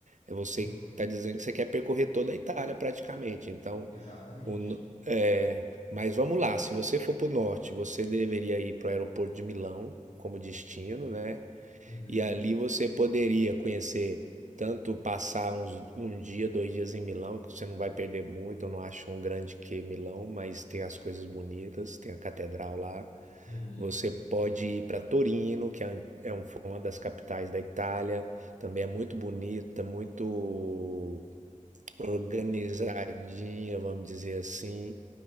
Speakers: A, on the right; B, on the left.
A: é você
B: uhum,
A: está dizendo que você quer percorrer toda a Itália praticamente. Então,
B: exatamente.
A: O no- é, mas vamos lá, se você for para o norte, você deveria ir para o aeroporto de Milão como destino, né?
B: Uhum,
A: E ali você poderia conhecer, tanto passar uns, um dia, dois dias em Milão, que você não vai perder muito. Eu não acho um grande que Milão, mas tem as coisas bonitas, tem a catedral lá.
B: uhum,
A: Você pode ir para Torino, que é an- é um- foi uma das capitais da Itália. Também é muito bonita, muito organizadinha, vamos dizer assim.